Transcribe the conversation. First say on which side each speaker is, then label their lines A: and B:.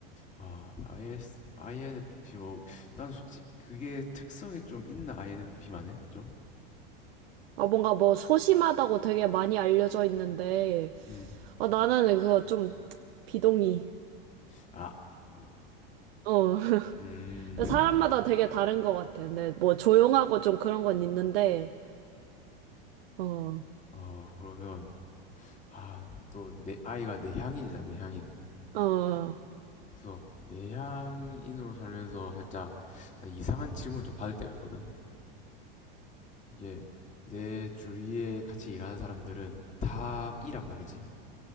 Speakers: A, on the left; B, on the right.
A: 아, IS, INFP 뭐 나는 솔직히 그게 특성이 좀 있나 INFP만에 좀?
B: 아, 뭔가 뭐 소심하다고 되게 많이 알려져 있는데,
A: 음.
B: 아, 나는 그거 좀 비동의.
A: 아,
B: 어, <laughs>
A: 음.
B: 사람마다 되게 다른 것 같아. 근데 뭐 조용하고 좀 그런 건 있는데, 어,
A: 어, 그러면 아, 너 내 아이가 내향인이잖아, 내향인.
B: 어, 어,
A: 그래서 내향인으로 살면서 살짝 나 이상한 질문을 좀 받을 때가 있거든. 이게 내 주위에 같이 일하는 사람들은 다 이란 말이지.